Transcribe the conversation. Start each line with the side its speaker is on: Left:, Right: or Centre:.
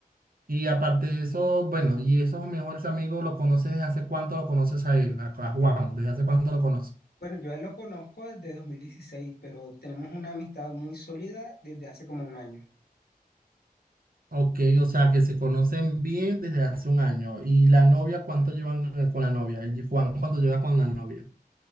Right: Y aparte de eso, bueno, y esos mejores amigos, ¿lo conoces desde hace cuánto lo conoces a él, a a Juan? ¿Desde hace cuánto lo conoces?
Left: Bueno, yo a él lo conozco desde 2016, pero tenemos una amistad muy sólida desde hace como un año.
Right: Ok, o sea que se conocen bien desde hace un año. ¿Y la novia cuánto llevan eh, con la novia? El Juan, ¿cuánto lleva con la novia?